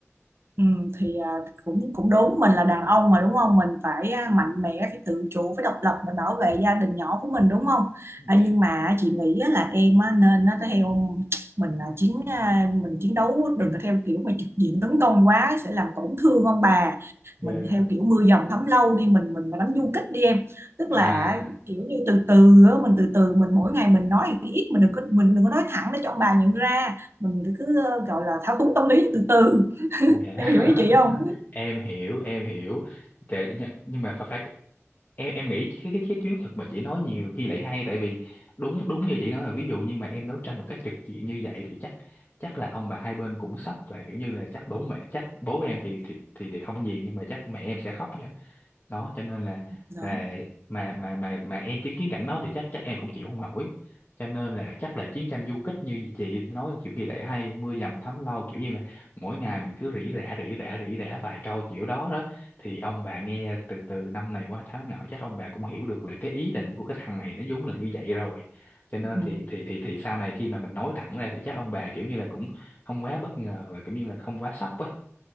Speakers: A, on the right; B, on the left.
A: Ừ, thì à, cũng cũng đúng mình là đàn ông mà đúng không mình phải à, mạnh mẽ phải tự chủ phải độc lập để bảo vệ gia đình nhỏ của mình đúng không à,
B: Dạ.
A: nhưng mà chị nghĩ á, là em á, nên á, theo mình là chiến à, mình chiến đấu đừng có theo kiểu mà trực diện tấn công quá sẽ làm tổn thương ông bà
B: Yeah.
A: mình theo kiểu mưa dầm thấm lâu đi mình mình mà đánh du kích đi em tức
B: à
A: là à, kiểu như từ từ á, mình từ từ mình mỗi ngày mình nói ít mình đừng có mình đừng có nói thẳng để cho ông bà nhận ra mình cứ ờ, gọi là thao túng tâm lý từ từ
B: dạ. <laughs>
A: em hiểu ý chị không
B: em hiểu em hiểu Tệ- nh- nhưng mà phải phải em em nghĩ cái cái cái chuyến thực mà chị nói nhiều khi lại hay tại vì đúng đúng như chị nói là ví dụ nhưng mà em đấu tranh một cách trực diện như vậy thì chắc chắc là ông bà hai bên cũng sốc và kiểu như là chắc bố mẹ chắc bố em thì thì thì thì không gì nhưng mà chắc mẹ em sẽ khóc đó cho nên là
A: đó.
B: là mà mà mà mà em chứng kiến cảnh đó thì chắc chắc em cũng chịu không nổi cho nên là chắc là chiến tranh du kích như chị nói nhiều khi lại hay mưa dầm thấm lâu kiểu như là mỗi ngày mình cứ rỉ rả rỉ rả rỉ rả vài câu kiểu đó đó thì ông bà nghe từ từ năm này qua tháng nọ chắc ông bà cũng hiểu được là cái ý định của cái thằng này nó vốn là như vậy rồi cho nên
A: Ừ,
B: thì thì thì thì sau này khi mà mình nói thẳng ra thì chắc ông bà kiểu như là cũng không quá bất ngờ và cũng như là không quá sốc ấy